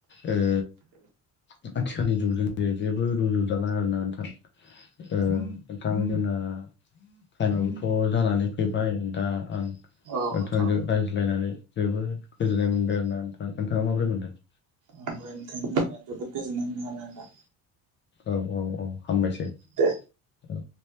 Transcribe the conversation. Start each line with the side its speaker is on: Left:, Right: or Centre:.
Left: ओ <inaudible> आथिखालनि जुगजों जेबो रुजुजानाय आरोना नोंथां ओ नोंथां जोंना । टाइमाबबोथ' जानानै फैबाय दा आं नोंथांजों
Right: औ नोंथां
Left: रायज्लायनानै जोबोद गोजोननाय मोनबाय आरो ना नोंथ नोंथाङा माबोरै मोनदों ।
Right: ओमफ्राय नोंथांजों रायलायनानै जोबोद गोजोननाय मोनोालायदा
Left: औ औ औ हामबायसै
Right: दे
Left: औ